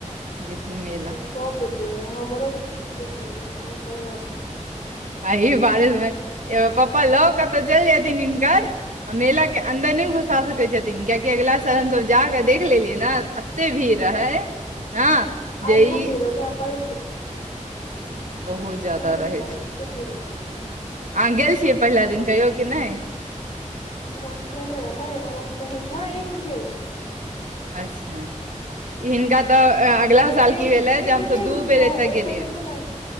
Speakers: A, on the right (about 75°); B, on the left (about 55°).
A: जतन मेल
B: सब जेते है हमरो पुत्री जेथिन हमहु कही रहै छीये
A: अहि बारे मे एो पप्पा लो कतहु चलि जेयथिन हिनकर आ मेला के अन्दर नहि घुसा सकैत छथिन कियाकि अगिला साल हमसभ जाकऽ देख लेलियै ने एते भीड़ रहै हँ
B: आइ
A: जे
B: खूब
A: ई
B: भीगतै पहि
A: <inaudible> ज्यादा
B: आय पहिल दिन
A: रहै
B: रहय
A: छै
B: आय एतो भीड़ हेतेय
A: अहाँ गेल छियै पहिला दिन कहियौ कि नहि
B: हम अनठेने नहि हम अनठेने छी ह एक बेर गेल छी
A: अच्छा हिनका तऽ अगला
B: एक बेर
A: साल
B: गेल
A: की भेलै
B: एक
A: जे
B: बेर
A: हमसभ
B: गेल
A: दू
B: छियै
A: बेर एतय
B: एक
A: गेलियै
B: जे छै ने